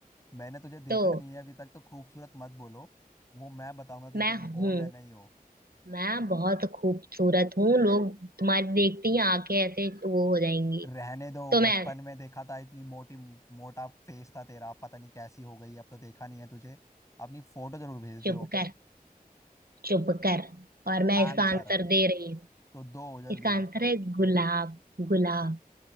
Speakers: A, on the left; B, on the right.
A: मैंने तुझे देखा
B: तो
A: नहीं है अभी तक तो खूबसूरत मत बोलो वो मैं बताऊंगा
B: मैं
A: कि तुम हो
B: हूं
A: या नहीं हो
B: मैं बहुत खूबसूरत हूँ लोग तुम्हारी देखते ही आंखें ऐसे वो हो जाएंगी
A: रहने दो
B: तो
A: बचपन
B: मैं
A: में देखा था इतनी मोटी मोटा फेस था तेरा पता नहीं कैसी हो गई अब तो देखा नहीं है तुझे अपनी फोटो जरूर भेज दियो
B: चुप कर चुप कर और मैं
A: आंसर
B: इसका आंसर दे रही हूँ
A: तो दो जल्दी
B: इसका आंसर है गुलाब गुलाब